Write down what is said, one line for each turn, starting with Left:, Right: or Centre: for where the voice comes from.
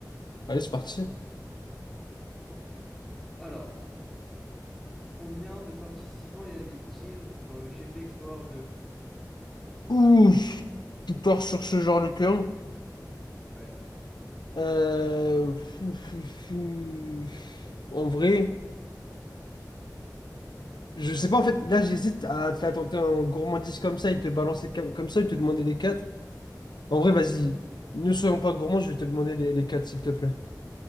Left: Allez, c'est parti.
Centre: Alors. Combien de participants y avait-il dans le GP Explorer 2?
Left: Ouf! Tu pars sur ce genre de terrain.
Centre: Ouais,
Left: Euh... fou, fou, fou. En vrai, je sais pas, en fait, là, j'hésite à te la tenter en gourmandise comme ça et te balancer comme, comme ça et te demander les quatre. En vrai, vas-y, ne soyons pas gourmands, je vais te demander les, les quatre, s'il te plaît.